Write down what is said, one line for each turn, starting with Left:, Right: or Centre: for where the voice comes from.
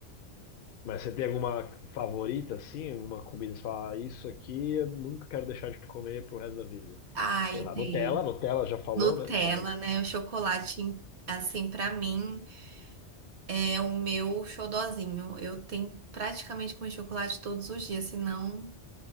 Left: Mas você tem alguma favorita, assim? Alguma comida? Você fala, "Ah, isso aqui eu nunca quero deixar de comer pro resto da vida.
Right: Aí
Left: Sei lá,
Right: tem.
Left: Nutella, Nutella já falou,
Right: Nutella,
Left: né? Mas.
Right: né? O chocolate, assim, pra mim é o meu xodozinho. Eu tenho praticamente comer chocolate todos os dias, senão